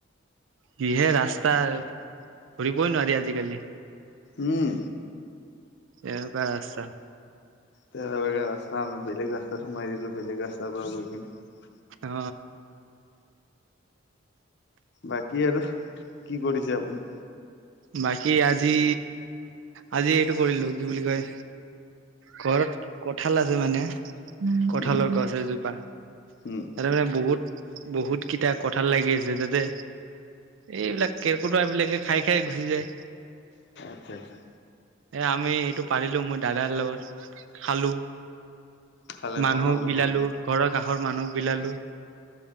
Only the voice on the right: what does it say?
কিহে ৰাস্তা ধৰিবই নোৱাৰি আজিকালি।
এনেকুৱা ৰাস্তা।
অ।
বাকী আজি আজি এইটো কৰিলো কি বুলি কয় ঘৰত কঠাল আছে মানে। কঠালৰ
গছ এজোপা
ততে মানে বহুত বহুত কেইটা কঠাল লাগি আছে তাতে। এইবিলাক কেৰকুটোৱা বিলাকে খাই খাই গুচি যায়।
এ আমি এইটো পাৰিলো মোৰ দাদাৰ লগত খালো।
মানুহ
বিলালো
ঘৰৰ কাষৰ মানুহ বিলালো।